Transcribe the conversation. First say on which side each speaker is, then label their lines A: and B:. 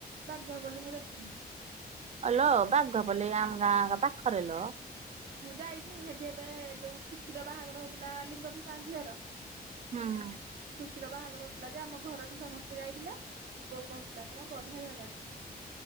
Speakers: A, on the right (about 65°); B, on the right (about 45°).
A: ବାଘୁଆପୋଲି ମୁଁ ଦେଖିନି।
B: ହାଲୋ ବାଘୁଆପଲି ଆମ ଗାଁଏକା ପାଖରେଲୋ
A: ମୁଁ ଯାଇନି ହେଠି ଏବେ ଯୋଉ ଖୁସିର ବାହାଘର ହଉଥିଲା ଲିଙ୍ଗ ଫିସାଙ୍ଗ ଝିଅର
B: ହୁଁ ହୁଁ
A: ଖୁସିର ବାହାଘର ହୋଉଥିଲା ଯେ, ଆମ ଘରଠୁ ସମସ୍ତେ ଯାଇଥିଲେ, ବୋଉ କହୁଥିଲା କହିଲ ବଢିଆ ଜାଗାଟେ।